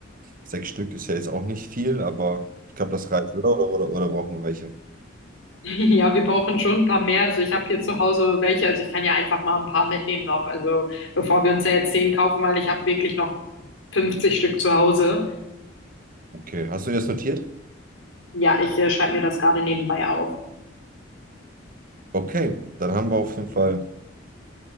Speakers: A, on the right; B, on the left.
A: Sechs Stück ist ja jetzt auch nicht viel, aber ich glaube, das reicht, oder? Oder, oder? oder brauchen wir welche?
B: <laughs> Ja, wir brauchen schon ein paar mehr. Also ich habe hier zu Hause welche, also ich kann ja einfach mal ein paar mitnehmen noch. Also bevor wir uns ja jetzt zehn kaufen, weil ich habe wirklich noch 50 Stück zu Hause.
A: Okay. Hast du das notiert?
B: Ja, ich äh, schreibe mir das gerade nebenbei auf.
A: Okay, dann haben wir auf jeden Fall.